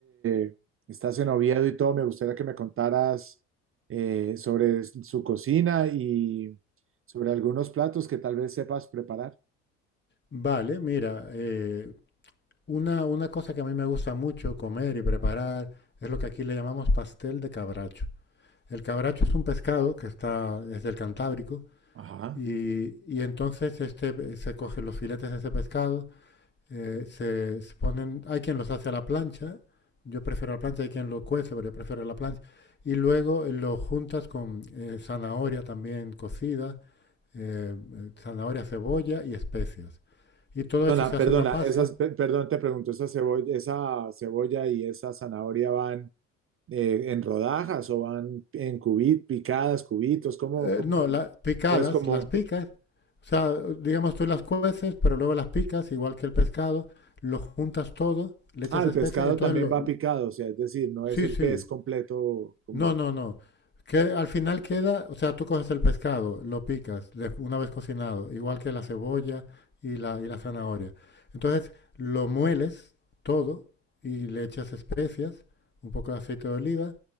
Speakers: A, on the right; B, on the left.
A: eh, estás en Oviedo y todo, me gustaría que me contaras eh, sobre su cocina y sobre algunos platos que tal vez sepas preparar.
B: Vale, mira, eh, una, una cosa que a mí me gusta mucho comer y preparar es lo que aquí le llamamos pastel de cabracho. El cabracho es un pescado que está, desde el Cantábrico
A: Ajá.
B: y, y entonces este, eh, se cogen los filetes de ese pescado, eh, se, se ponen, hay quien los hace a la plancha, yo prefiero la plancha, hay quien lo cuece, pero yo prefiero la plancha, y luego eh, lo juntas con eh, zanahoria también cocida, eh, eh, zanahoria, cebolla y especias. y todo
A: Perdona,
B: eso se hace
A: perdona,
B: una pasta.
A: esas, pe- perdón, te pregunto, ¿esa cebolla, esa cebolla y esa zanahoria van eh, en rodajas o van en cubitos, picadas, cubitos? ¿Cómo,
B: Eh,
A: cómo,
B: no, la picadas,
A: o es como,
B: las picas. O sea, digamos tú las cueces, pero luego las picas, igual que el pescado, lo juntas todo, le echas
A: ah, el
B: especias,
A: pescado
B: entonces
A: también
B: lo...
A: va picado, o sea, es decir, no es
B: Sí,
A: el
B: sí,
A: pez completo como,
B: No, no, no. Que al final queda, o sea, tú coges el pescado, lo picas de- una vez cocinado, igual que la cebolla y la, y la zanahoria. Entonces lo mueles todo y le echas especias, un poco de aceite de oliva